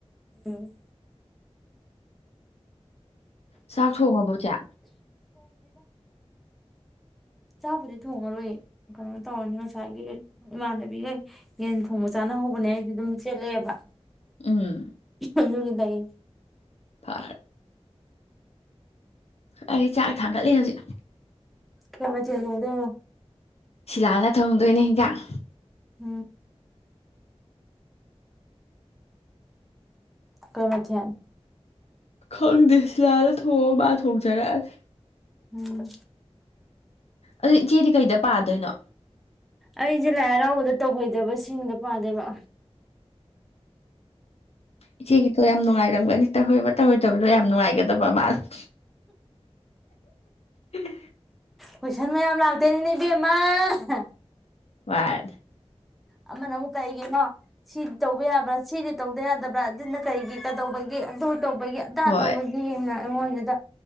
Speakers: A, in the centre; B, on the left.
A: ꯎꯝ
B: ꯆꯥꯛ ꯊꯣꯡꯉꯕꯣ ꯏꯆꯦ
A: ꯆꯥꯛꯕꯨꯗꯤ ꯊꯣꯡꯉꯔꯣꯏꯌꯦ ꯀꯩꯅꯣ ꯇꯧꯔꯅꯤ ꯉꯁꯥꯏꯒꯤ ꯏꯃꯥꯟꯅꯕꯤꯒꯩ ꯌꯦꯟ ꯊꯣꯡꯕ ꯆꯥꯅꯍꯧꯕꯅꯦ ꯑꯩꯗꯤ ꯑꯗꯨꯝ ꯆꯦꯜꯂꯛꯑꯦꯕ
B: ꯎꯝ
A: ꯑꯍ ꯗꯨꯒꯤꯅꯤ ꯂꯩ
B: ꯐꯔꯦ ꯑꯩ ꯆꯥꯛ ꯊꯥꯡꯒꯠꯂꯤ ꯍꯧꯖꯤꯛ
A: ꯀꯩ ꯃꯊꯦꯜ ꯊꯣꯡꯗꯣꯏꯅꯣ
B: ꯁꯤꯂꯥꯅ ꯊꯣꯡꯗꯣꯏꯅꯦ ꯍꯤꯟꯖꯥꯡ
A: ꯎꯝ ꯀꯩ ꯃꯊꯦꯜ
B: ꯈꯪꯗꯦ ꯁꯤꯜꯂꯥꯅ ꯊꯣꯡ ꯃꯥ ꯊꯣꯛꯖꯔꯛꯑꯅꯤ
A: ꯎꯝ
B: ꯑꯗꯨ ꯏꯆꯦꯗꯤ ꯀꯩꯗ ꯄꯥꯗꯣꯏꯅꯣ
A: ꯑꯩꯁꯦ ꯂꯥꯏ ꯍꯔꯥꯎꯕꯗ ꯇꯧꯍꯩꯗꯕꯁꯤꯡꯗ ꯄꯥꯗꯣꯏꯕ
B: ꯏꯆꯦꯒꯤꯇꯣ ꯌꯥꯝ ꯅꯨꯡꯉꯥꯏꯔꯝꯒꯅꯤ ꯇꯍꯣꯏꯕ ꯇꯧꯔꯣꯏꯗꯕꯗꯣ ꯌꯥꯝ ꯅꯨꯡꯉꯥꯏꯒꯗꯕ ꯃꯥꯜꯦ ꯍꯦ ꯍꯦ ꯍꯦ ꯍꯤ
A: ꯀꯣꯏꯁꯟ ꯃꯌꯥꯝ ꯂꯥꯛꯇꯣꯏꯅꯤꯅꯦ ꯏꯕꯦꯝꯃꯥ ꯑꯍ
B: ꯋꯥ <unintelligible>
A: ꯑꯃꯅ ꯑꯃꯨꯛ ꯀꯩꯒꯤꯅꯣ ꯁꯤꯗꯤ ꯇꯧꯕ ꯌꯥꯕ꯭ꯔꯥ ꯁꯤꯗꯤ ꯇꯧꯗ ꯌꯥꯗꯕ꯭ꯔꯥ ꯑꯗꯨꯅ ꯀꯩꯒꯤ ꯀꯩꯗꯧꯕꯒꯤ ꯑꯗꯨ ꯇꯧꯕꯒꯤ ꯑꯗꯥ
B: ꯍꯣꯏ
A: ꯇꯧꯕꯒꯤ ꯅꯥ ꯑꯩꯉꯣꯟꯗꯨꯗ